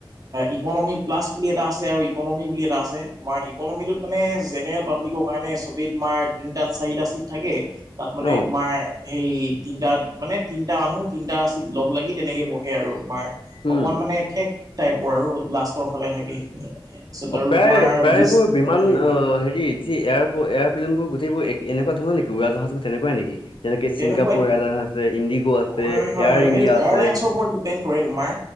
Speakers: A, on the right; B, on the left.
A: ইকনমি প্লাছ বুলি এটা আছে আৰু ইকনমি বুলি এটা আছে তোমাৰ ইকনমিটোত মানে জেনেৰেল পাব্লিকক মানে চবেই তোমাৰ তিনটা চাৰিটা চিট থাকে তাত মানে
B: অ'
A: তোমাৰ সেই তিনিটাত মানে তিনিটা মানুহ তিনিটা চিত লগ লাগি তেনেকৈ বহে আৰু তোমাৰ
B: উম।
A: অকমান মানে ঠেক টাইপৰ আৰু লাষ্টৰ ফালে থাকে সেইখিনি।
B: অ,
A: আৰু
B: প্ৰায়-প্ৰায়বোৰ
A: তোমাৰ বিজ
B: বিমান
A: হয় হয়
B: অ,
A: হয়
B: হেৰি <inaudible> এয়াৰপ্লেন বোৰ গোইবোৰ এনেকুৱ ধৰণৰেকি উৰা জাহাজ তেনেকুৱাই নেকি যেনেকে
A: তেনেকুৱাই
B: ছিংগাপুৰ এয়াৰলাইন আছে ইণ্ডিগো আছে
A: হয়
B: এয়াৰ
A: হয় হয়
B: ইণ্ডিয়া
A: সেইটো
B: আছে।
A: এয়াৰলাইনছৰ <inaudible> কৰে তোমাৰ